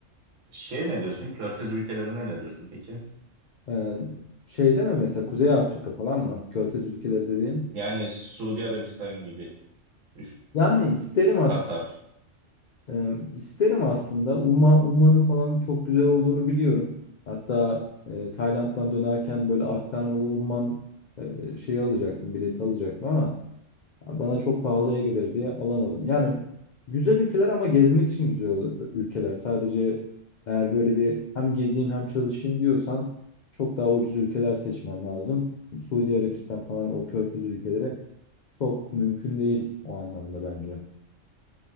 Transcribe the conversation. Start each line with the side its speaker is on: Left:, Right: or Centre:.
Right: Şey ne diyorsun? Körfez ülkelerine ne diyorsun peki?
Left: Ee, şeyde mi mesela Kuzey Afrika falan mı? Körfez ülkeleri dediğin.
Right: Yani Suudi Arabistan gibi düşün.
Left: Yani isterim as
Right: Katar.
Left: e, isterim aslında. Umma, Umman'ın falan çok güzel olduğunu biliyorum. Hatta e, Tayland'dan dönerken böyle aktarmalı Umman e, şeyi alacaktım, bileti alacaktım ama Yani Bana çok pahalıya gelir diye alamadım. Yani güzel ülkeler ama gezmek için güzel ol- ülkeler. Sadece eğer böyle bir hem gezeyim hem çalışayım diyorsan çok daha ucuz ülkeler seçmem lazım. Suudi Arabistan falan o körfez ülkeleri çok mümkün değil o anlamda bence.